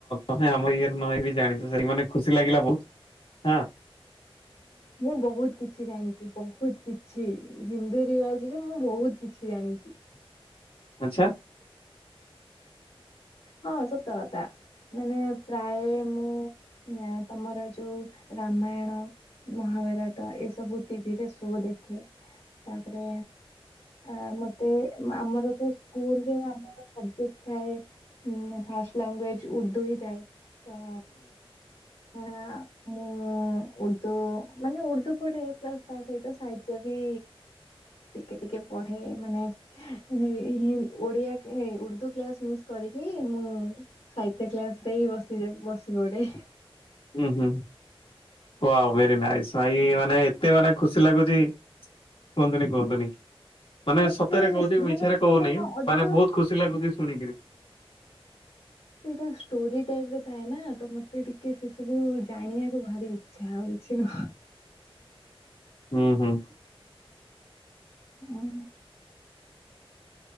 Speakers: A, on the left (about 65°); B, on the left (about 80°).
A: ତମେ ଆମ ଇଏର ନ ହେଇବି ଜାଣିଛ ସେତିକି ମାନେ ଖୁସି ଲାଗିଲା ବହୁତ। ହାଁ।
B: ମୁଁ ବହୁତ ‌। କିଛି ଜାଣିଛି ବହୁତ କିଛି ହିନ୍ଦୂ ରିବାଜ ରେ ମୁଁ ବହୁତ କିଛି ଜାଣିଛି।?
A: ଆଛା।
B: ହଁ, ସତ କଥା ମାନେ ପ୍ରାୟ ମୁଁ ନା ତମର ଯୋଉ ରାମାୟଣ। ମହାଭାରତ ଏସବୁ ଟିଭିରେ ସୋ ଦେଖେ। ତାପରେ ଆ ମତେ ଆମର ତ ସ୍କୁଲରେ ଆମର ସବଯେକ୍ଟ। ଥାଏ ଫାଷ୍ଟ ଲାଙ୍ଗୁଏଜ ଉର୍ଦ୍ଦୁ ହିଁ ଥାଏ ତ। ହାଁ ମୁଁ। ମୁଁ ଉର୍ଦୁ ମାନେ ଉର୍ଦ୍ଦୁ ପଢ଼େ ପ୍ଲସ ତା ସହିତ ସାହିତ୍ୟ ବି। ଟିକେ ଟିକେ ପଢେ ମାନେ ହି - ଓଡିଆ ଏ ଉର୍ଦୁ। କ୍ଲାସ ମିସ୍ କରିକି ମୁଁ ସାହିତ୍ୟ କ୍ଲାସ ରେ ହିଁ ବସିଯାଏ ବସିପଡେ।
A: ଉଁ, ହୁଁ, ହୁଁ ୱାଓ ଭେରି ନାଇସ୍ ଭାଇ ମାନେ ଏତେ ମାନେ ଖୁସି ଲାଗୁଛି। କୁହନ୍ତୁନି କୁହନ୍ତୁନି ମାନେ
B: ମତେ
A: ସତରେ କହୁଛି
B: ସ-
A: ମିଛରେ
B: ମାନେ ସେଇଟା
A: କହୁନି
B: କଣ ଅଧିକ
A: ମାନେ ବହୁତ ଖୁସି। ଖୁସି ଲାଗୁଛି ଶୁଣିକିରି।
B: ସେଇଟା ଷ୍ଟୋରି ଟାଇପ ର ଥାଏ ନା ତ ମତେ ଟିକେ ସେ ସବୁ ଜାଣିବାକୁ ଭାରି ଇଚ୍ଛା ଆଉ କିଛି ନୁହଁ।
A: ହୁଁ, ହୁଁ।
B: ହୁଁ,